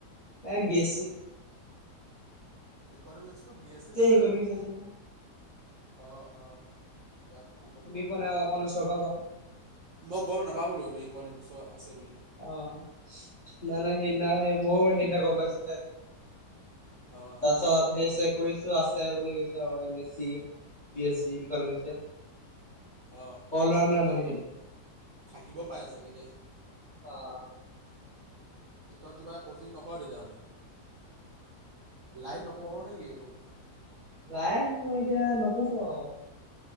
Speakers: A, on the left (about 45°); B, on the right (about 70°).
A: তনাই বি-এছ-চি।
B: ইকনমিক্সটো বি এছ চি পৰে
A: ইকনমিক্স
B: জানো?
A: আছে নহয়
B: অ' অ। জানো মই গম
A: শুনি
B: নাপাওঁ।
A: পোৱা নাই অকণ ওচৰৰ পৰা ক
B: মই গম নাপাওঁ বোলো। টো ইকনমিক্সৰ আছে বুলি।
A: অ' নানা সেই দিনাই হে মই সেইদিনা গম পাইছোঁ হে।
B: অঁ
A: তাৰ পাছত সেই চেক কৰিছো আছে বুলি আছে কৈছে, M S C, B S C economics
B: অ
A: অল ৰাউণ্ডাৰ
B: দ, থাকিব।
A: মানে সিহঁতে
B: থাকিব পাৰে চাগে দেই।
A: অহ
B: কি তই কিবা ক'চিং নকৰ, তেতিয়াহ'লে? লাইন নপঢ় নেকি একো?
A: লাইন, মই এতিয়া নপঢ়ো ছা আৰু